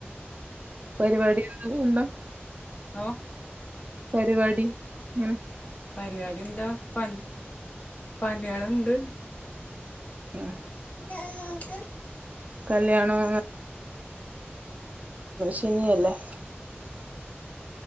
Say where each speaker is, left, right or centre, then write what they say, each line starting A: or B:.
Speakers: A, on the right; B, on the left.
A: പരിപാടി <unintelligible>
B: <unintelligible>
A: പരിപാടി ഹും
B: പരിപാടി എന്താ പൻ പന്നിള്ണ്ട്.
A: ആഹ്
B: <inaudible>
A: കല്യാണം ശനിയല്ലേ